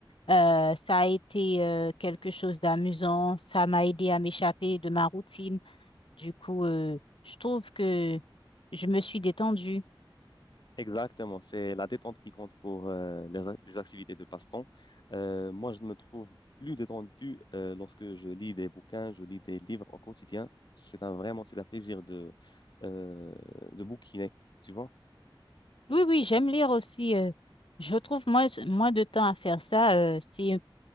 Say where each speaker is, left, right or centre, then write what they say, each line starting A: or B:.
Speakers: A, on the left; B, on the left.
A: euh, ça a été, euh, quelque chose d'amusant. Ça m'a aidé à m'échapper de ma routine. Du coup, euh, je trouve que je me suis détendue.
B: Exactement, c'est la détente qui compte pour euh, les, ac- les activités de passe-temps. Euh, moi, je me trouve plus détendu euh, lorsque je lis des bouquins, je lis des livres au quotidien. C'est un vraiment, c'est un plaisir de euh, de bouquiner, tu vois.
A: Oui, oui, j'aime lire aussi. euh, je trouve moins, moins de temps à faire ça. euh, c'est